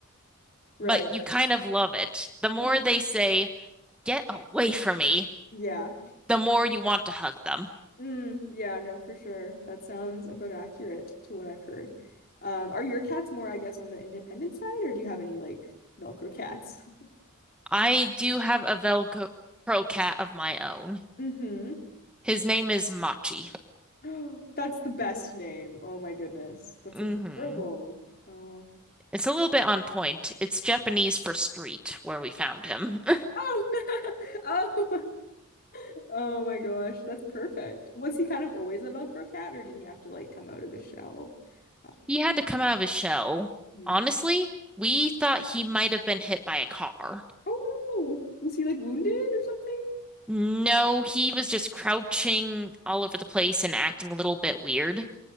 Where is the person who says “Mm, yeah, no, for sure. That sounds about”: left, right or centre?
Left